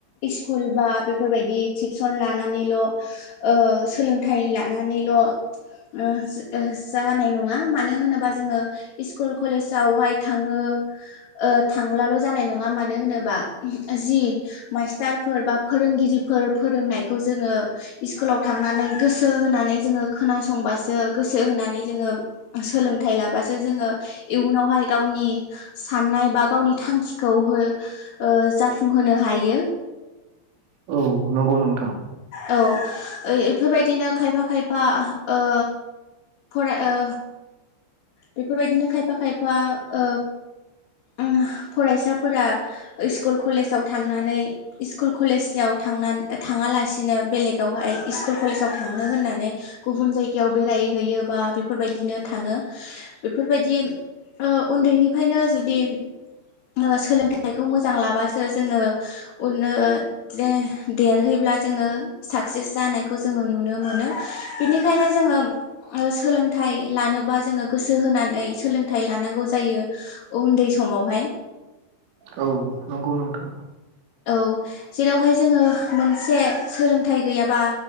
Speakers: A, on the left (about 60°); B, on the right (about 80°).
A: स्कुल बा बेफोरबायदि टिउसन लानानैल' ओ सोलोंथाइ लानानैल' ओ ओ जानाय नङा मानो होनोबा जोङो स्कुल कलेजावहाय थाङो ओ ओ थांलाल' जानाय नङा मानो होनोबा ओ जि मास्टारफोर बा फोरोंगिरिफोर फोरोंनायखौ जोङो स्कुलाव थांनानै गोसो होनानै जोङो खोनासंबासो गो सो होनानै जोङो सोलोंथाइ लाबासो जोङो इयुनावहाय गावनि साननाय बा गावनि थांखिखौ हो ओ जाफुंहोनो हायो।
B: औ नंगौ नोंथां
A: औ एफोरबायदिनो खायफा खायफा ओ फराय ओ बेफोरबायदिनो खायफा खायफा ओ ओ फरायसाफोरा स्कुल कलेजाव थांनानै स्कुल कलेजयाव थांना थाङालासिनो बेलेगावहाय स्कुल कलेजाव थांनो होननानै गुबुन जायगायाव बेराय हैयो बा बेफोरबायदिनो थाङो बेफोरबायदि ओ उन्दैनिफ्रायनो जुदि ओ सोलोंथाइखौ मोजां लाबासो जोङो उन ओ जे दे-देरहै ब्ला जोङो साक्सेस जानायखौ जोङो नुनो। मोननिखायनो जोङों ओ सोलों थाइ लानोबा जोङो गोसो होनानै सोलोंथाइ लानांगौ जायो। उन्दै समावहाय
B: औ नंगौ नोंथां
A: औ जेरावहाय जोङो मोनसे सोलोंथाइ गैयाबा